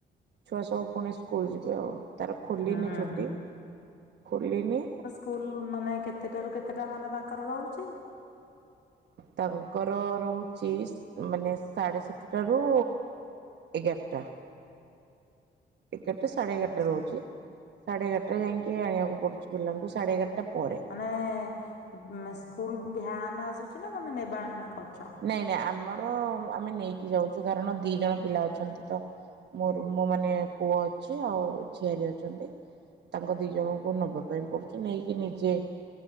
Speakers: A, on the right (about 65°); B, on the left (about 65°).
A: ଛୁଆସବୁ ପୁଣି ସ୍କୁଲ ଯିବେ ଆଉ। ତାର ଖୋଲିନି
B: ହୁଁ
A: ଛୁଟି ଖୋଲିନି।
B: ସ୍କୁଲ୍ ମାନେ କେତେଟା ରୁ କେତେଟା ମାନେ ତାଙ୍କର ରହୁଚି।
A: ତାଙ୍କର ରହୁଚି ମାନେ ସାଢେ ସାତଟାରୁ ଏଗାଟା। ଏଗାଟା ସାଢେ ଏଗାରଟା
B: ଆଚ୍ଛା
A: ରହୁଚି ସାଢେ ଏଗାରଟା ଯାଇକି ଆଣିବାକୁ ପଡୁଛି ପିଲାଙ୍କୁ ସାଢେ ଏଗାରଟା ପରେ।
B: ମାନେ ସ୍କୁଲୁ ଭ୍ୟାନ ଆସୁଛି ନା ଆମେ ନେବା ଆଣିବା କରୁଛ?
A: ନାଇଁ ନାଇଁ ଆମର ଆମେ ନେଇକି ଯାଉଚୁ କାରଣ ଦି ଜଣ ପିଲା ଅଛନ୍ତି ତ। ମୋର ମୋ ମାନେ ପୁଅ ଅଛି ଆଉ ଝିଆରୀ ଅଛନ୍ତି। ତାଙ୍କ ଦି ଜଣଙ୍କୁ ନବା ପାଇଁ ପଡୁଛି ନେଇକି ନିଜେ